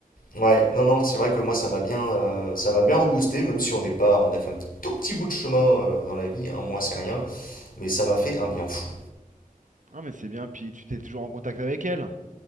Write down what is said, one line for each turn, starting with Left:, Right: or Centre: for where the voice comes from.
Left: Ouais, non, non, c'est vrai que moi ça va bien, euh, ça va bien reboosté, même si on n'est pas, on a fait un tout petit bout de chemin euh, dans la vie, un mois c'est rien, mais ça m'a fait un bien fou.
Right: Ah, mais c'est bien, puis tu t'es toujours en contact avec elle.